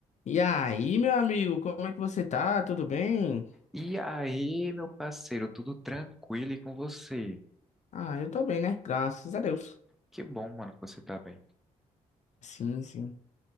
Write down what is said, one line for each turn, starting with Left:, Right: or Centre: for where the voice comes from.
Left: E aí, meu amigo, como é que você tá? Tudo bem?
Centre: E aí, meu parceiro, tudo tranquilo e com você?
Left: Ah, eu tô bem, né? Graças a Deus.
Centre: Que bom, mano, que você tá bem.
Left: Sim, sim. O